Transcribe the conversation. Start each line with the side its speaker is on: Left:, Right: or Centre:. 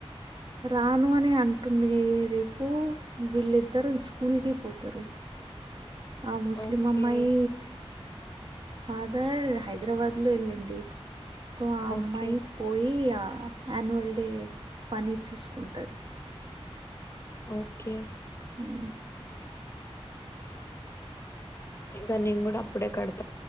Right: రాను అని అంటుంది రేపు వీళ్ళిద్దరు స్కూల్కి పోతారు ఆ ముస్లిం
Left: ఓకే
Right: అమ్మాయి ఫాదర్ హైదరాబాద్ లో వెళ్ళింది సో ఆ అమ్మాయి
Left: ఓకే
Right: పోయి ఆ యాన్యువల్ డే పని చూసుకుంటాది
Left: ఓకే
Right: హ్మ్మ్
Left: ఇంకా నేను కూడా అప్పుడే కడుతు